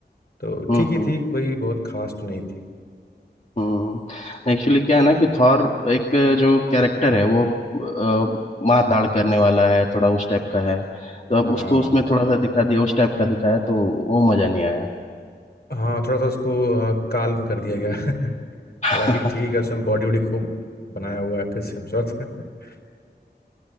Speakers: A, on the left (about 65°); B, on the left (about 40°).
A: तो
B: हम्म
A: ठीक ही
B: हम्म
A: थी कोई बहुत खास तो नहीं थी
B: हम्म हम्म। एक्चुअली क्या है ना कि थॉर एक जो कैरेक्टर है वो अ, मार धाड़ करने वाला है थोड़ा उस टाइप का है तो अब उसको
A: हाँ
B: उसमें थोड़ा सा दिखा दिया उस टाइप का दिखाया तो वो मजा नहीं आया
A: हाँ थोड़ा सा उसको हाँ, काल्म कर दिया गया <laughs>
B: <laughs>
A: हालांकि
B: हाँ
A: ठीक है उसमें बॉडी वॉडी खूब बनाया हुआ है क्रिस हेम्सवर्थ <laughs>